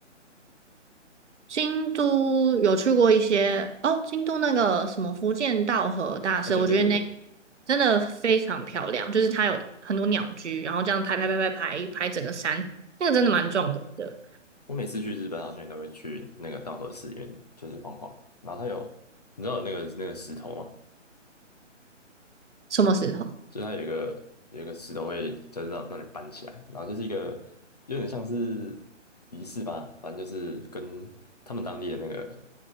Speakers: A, on the right; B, on the left.
A: 京都有去过一些哦，京都那个什么福建道和大社，
B: 哦，对对对对，
A: 我觉得那真的非常漂亮，就是它有很多鸟居，然后这样排排排排排排整个山，那个真的蛮壮观的。
B: 我每次去日本好像也都会去那个稻荷寺里面，就是晃晃。然后它有，你知道有那个那个石头吗？
A: 什么时候？
B: 就是它有一个有一个石头会就是让让你搬起来，然后就是一个有点像是仪式吧，反正就是跟他们当地的那个